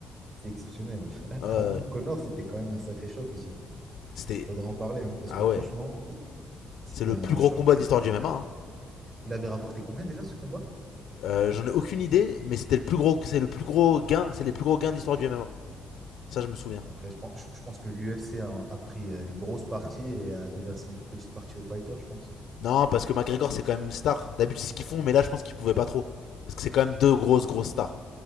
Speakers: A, on the right; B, on the left.
A: C'est exceptionnel. <laughs>
B: Ah ouais,
A: Khabib
B: ouais.
A: Connor, c'était quand même un sacré choc aussi.
B: C'était.
A: Faudra en parler, hein, parce
B: Ah
A: que franchement,
B: ouais.
A: c'était
B: C'est le
A: un
B: plus gros
A: choc.
B: combat
A: euh.
B: de l'histoire du MMA. hein.
A: Il avait rapporté combien déjà ce combat?
B: Euh, J'en ai aucune idée, mais c'était le plus gros, c'est le plus gros gain, c'est les plus gros gains de l'histoire du MMA. Ça, je me souviens.
A: Après, je pense, je pense que l'UFC a, a pris euh, une grosse partie et a déversé une toute petite partie aux fighters, je pense.
B: Non, parce que McGregor, c'est quand même une star. D'habitude, c'est ce qu'ils font, mais là, je pense qu'ils pouvaient pas trop. Parce que c'est quand même deux grosses, grosses stars.